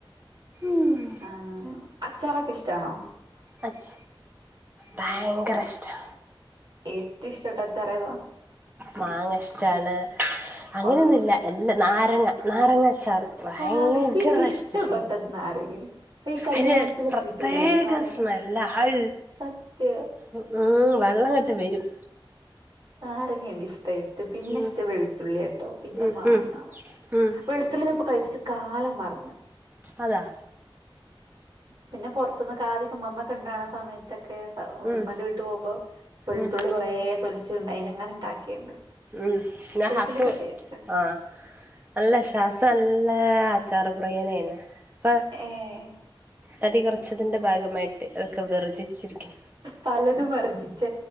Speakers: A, on the right; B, on the right.
A: ഉം
B: ആഹ് അച്ചാറൊക്കെ ഇഷ്ട്ടാണോ
A: അച്ച് ഭയങ്കര ഇഷ്ട്ടാ
B: ഏറ്റവും ഇഷ്ട്ടപെട്ട അച്ചാറേതാ
A: മാങ്ങഷ്ടാണ് അങ്ങനെനുല്ല
B: ഒന്ന്
A: എല്ലാ നാരങ്ങ നാരങ്ങ അച്ചാറ് ഭയങ്കര
B: ആ എനിക്ക് ഇഷ്ടപ്പെട്ടത്
A: ഇഷ്
B: നാരങ്ങ ഈ കല്യാണത്തിലൊക്കെ
A: അയ്നൊര് പ്രത്യേക
B: കിട്ടൂലേ നാരങ്ങ
A: സ്മെല്ല ആഹ്
B: സത്യം
A: ഉം ഉം വള്ളങ്ങട്ട് വെരും
B: നാരങ്ങ എനിക്കിഷ് ഇട്ട് പിന്നെ
A: ഉം
B: ഇഷ്ടം വെളുത്തുള്ള്യാട്ടൊ പിന്നെ
A: ഉം
B: മാങ്ങ
A: ഉം ഉം
B: വെളുത്തുള്ളി ഇപ്പൊ കഴിച്ചിട്ട് കാലം മറന്ന്
A: അതാ
B: പിന്നെ പൊറത്തൂന്ന് കാത്യോക്കെ മമ്മക്കെണ്ടാണ സമയത്ത് ക്ക്‌ ത
A: ഉം
B: ഉമ്മാന്റെ വീട്ട് പോവുമ്പം വെളുത്തുള്ളി
A: ഉം
B: കൊറേ തൊലിച്ചുണ്ട് അയിന്ങ്ങനെ ഉണ്ടാക്കിയുണ്ട്
A: ഉം പിന്നെ
B: വെളുത്തുള്ളിക്ക്
A: ഹസു
B: ഒരു ടേസ്റ്റാ
A: ആഹ് അല്ല ശാസ നല്ല അച്ചാറ് പ്രിയനാണ് ഇപ്പൊ
B: ഏ
A: തടി കൊറച്ചതിന്റെ ഭാഗമായിട്ട് അതൊക്കെ വെർജിച്ചിരിക്കും
B: പലതും വർജി